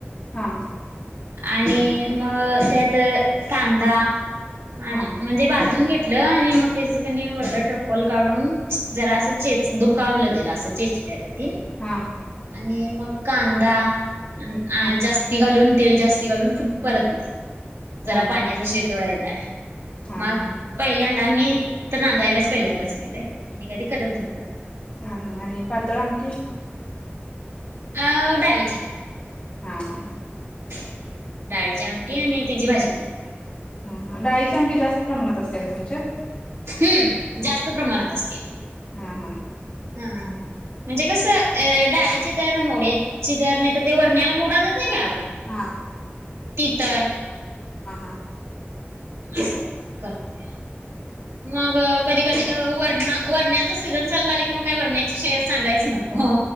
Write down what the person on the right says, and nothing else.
आणि मग त्यात कांदा म्हणजे
भाजून घेतलं आणि मग त्याच वरलं ट्रप्पल काढून जरा अस चेच दुखवलं दिल असं चेचल्या का तीन
आणि मग कांदा
आ जास्त ती घालून तेल जास्त घालून परतलं जरा
पाण्याचा
शिंतोडा
मग पहिल्यांदा मी इथं नांदाय आल्यास पहिल्यांदाच केलंय म कधी करत होती.
अ डाळीची
हम्म. डाळीची आमटी आणि त्याची भाजी केली
हम्म जास्त प्रमाणात असते
हम म्हणजे कसं अ डाळीची तर मोडेची तर नाही तर ते वरण्याला मोड आणत नाही का आपण
त तर
असा करते मग कधी कधी वरण वरण्याच सीझन चालू झालं कि मग काही वरण्याची श सांगायच नको